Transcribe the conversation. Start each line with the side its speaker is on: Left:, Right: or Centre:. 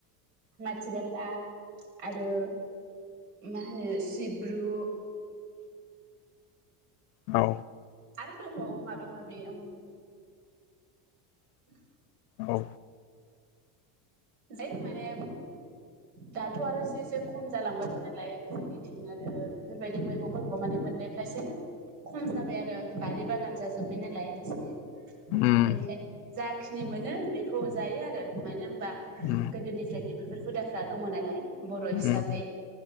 Right: माटिगालदाब आरो मा होनो सिब्रु
Left: औ।
Right: आरो दंबावो माबा माबि उम <inaudible>
Left: औ
Right: दे माने दाथ' आरो एसे एसे खम जालांबाय नालाय जोंनिथिं आरो बेफोरबायदि मैगंफोरखौबा माने मोननायफ्रासो खम जाबाय आरो बारि बागान जाजोब्बाय नालाय एसे।
Left: उम
Right: बेनिखायनो जाखिनि मोनो बेखौ जायो आरो मानो होमबा
Left: उम
Right: गोदोनिफ्रायनो बेफोर हुदाफ्रा दंङ नालाय बर' हिसाबै।
Left: उम